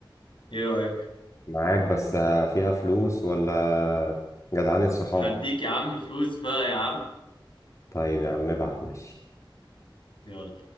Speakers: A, on the left (about 70°); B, on the left (about 35°).
A: ايه رايك
B: معاك بس فيها فلوس ولا جدعانة صحاب
A: هديك يا عم فلوس بقى يا عم
B: طيب يا عم ابعت ماشي
A: يلا